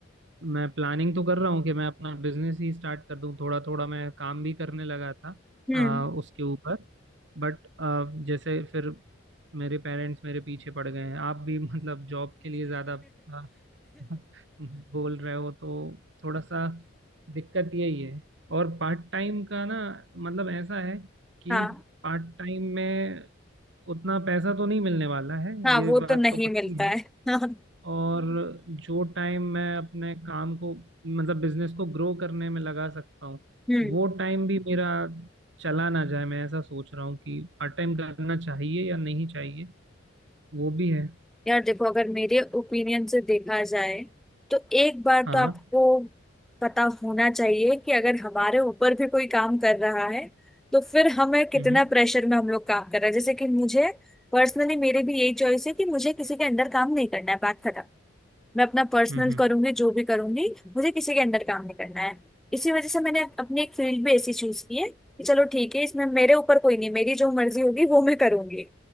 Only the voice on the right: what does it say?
मैं प्लानिंग तो कर रहा हूँ कि मैं अपना बिजनेस ही स्टार्ट कर दूँ थोड़ा थोड़ा मैं काम भी करने लगा था
अ, उसके ऊपर बट जैसे फिर मेरे पेरेंट्स मेरे पीछे पड़ गए हैं आप भी मतलब जॉब के लिए ज्यादा अ, <laughs> बोल रहे हो तो थोड़ा सा दिक्कत यही है और पार्ट टाइम का ना मतलब ऐसा है कि
पार्ट टाइम में उतना पैसा तो नहीं मिलने वाला है
ये
बात
तो पक्की
है
और जो टाइम मैं अपने काम को मतलब बिजनेस को ग्रो करने में लगा सकता हूँ
वो टाइम भी मेरा चला ना जाए मैं ऐसा सोच रहा हूँ कि पार्ट टाइम करना चाहिए या नहीं चाहिए वो भी है
हाँ
हम्म
हम्म